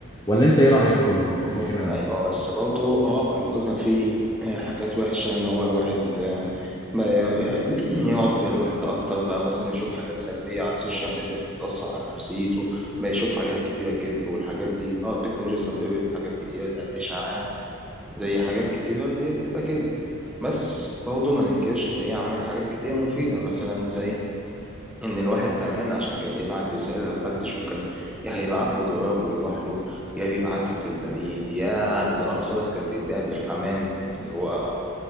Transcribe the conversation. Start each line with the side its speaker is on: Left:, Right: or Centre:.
Left: ولا أنت إيه رأيك
Centre: بس برضه
Left: في ال- في الكلام ده؟
Centre: ايوه بس برضه اه من كتر ما في آه، حاجات وحشه ان هو الواحد آه، بقى ي- <clears throat> يقعد بالوحده اكتر بقى مثلا يشوف حاجات سلبيه على السوشيال ميديا بتاثر على نفسيته بقى يشوف حاجات كتيره كده والحاجات دي اه التكنولوجيا سببت حاجات كتيره زي الاشاعات زي حاجات كتيره اللي هي بتبقى كده بس برضه ما ننكرش ان هي عملت حاجات كتيره مفيده مثلا زي ان الواحد زمان عشان كان يبعت رسالة لحد شوف كان يا هيبعت له جواب ويروح له يا بيبعتها في البريد يا زمان خالص كان بيتبعت بالحمام اللي هو